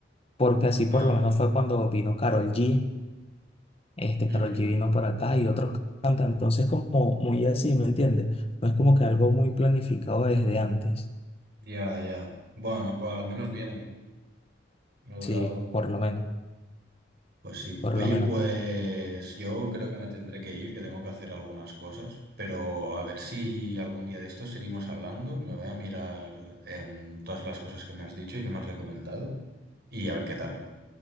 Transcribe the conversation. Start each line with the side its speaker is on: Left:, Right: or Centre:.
Left: Porque así por
Right: Ah,
Left: lo menos fue cuando vino Karol G, este
Right: ujú.
Left: Karol G vino para acá y otros cantantes, entonces como muy así, ¿me entiendes? No es como que algo muy planificado desde antes,
Right: Ya, ya. Bueno, pues al menos vienen. Luego
Left: sí,
Right: es algo.
Left: por lo menos,
Right: Pues sí.
Left: por
Right: Oye,
Left: lo menos.
Right: pues yo creo que me tendré que ir, que tengo que hacer algunas cosas, pero a ver si algún día de esto seguimos hablando. Me voy a mirar em, todas las cosas que me has dicho y que me has recomendado y a ver qué tal.